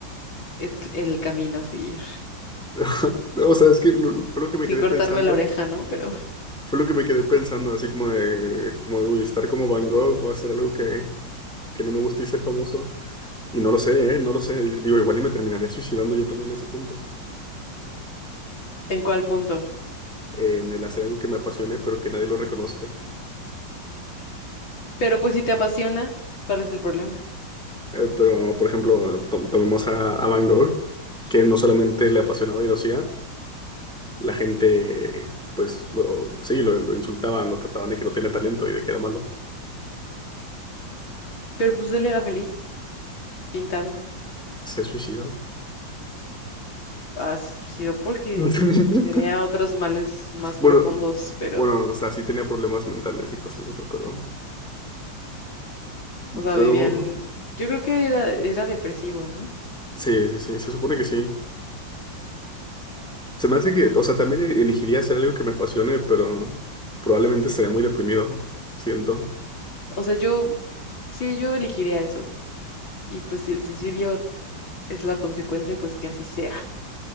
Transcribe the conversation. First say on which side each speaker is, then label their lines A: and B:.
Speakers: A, on the left; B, in the centre.
A: es el camino a seguir.
B: <laughs> O sea, es que lo- fue lo que me
A: Sin
B: quedé
A: cortarme
B: pensando.
A: la oreja, ¿no? Pero
B: Fue lo que me quedé pensando, así como de, como de, uy, estar como Van Gogh o hacer algo que, que no me guste y ser famoso. Y no lo sé, ¿eh? No lo sé. Y Digo, igual y me terminaría suicidando yo también a ese punto.
A: ¿en cuál punto?
B: En el hacer algo que me apasione, pero que nadie lo reconozca.
A: Pero pues si te apasiona, ¿cuál es el problema?
B: Eh, pero, por ejemplo, tom- tomemos a, a Van Gogh, que no solamente le apasionaba y lo hacía, la gente, pues, lo, sí, lo, lo insultaban, lo trataban de que no tenía talento y de que era malo.
A: Pero pues él era feliz pintando.
B: Se suicidó.
A: Ha sido porque
B: <laughs>
A: tenía otros males más
B: Bueno,
A: profundos, pero,
B: bueno, o sea, sí tenía problemas mentales y cosas de eso, pero,
A: o sea,
B: pero
A: vivían... Yo creo que era, era depresivo, ¿no?
B: sí, sí, sí, se supone que sí. Se me hace que, o sea, también elegiría hacer algo que me apasione, pero probablemente estaría muy deprimido. Siento,
A: O sea, yo, sí, yo elegiría eso. Y pues si el suicidio es la consecuencia, pues que así sea.